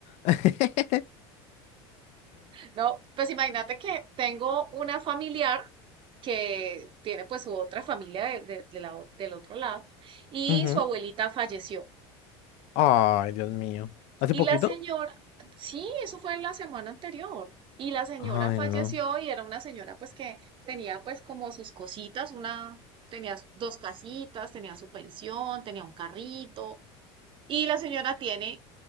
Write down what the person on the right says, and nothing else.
No, pues imagínate que tengo una familiar que tiene pues su otra familia de- de- de la o- del otro lado y
su abuelita falleció.
Y
la señora, sí, eso fue la semana anterior. Y la señora
falleció
y era una señora pues que tenía pues como sus cositas, una, tenía dos casitas, tenía su pensión, tenía un carrito. Y la señora tiene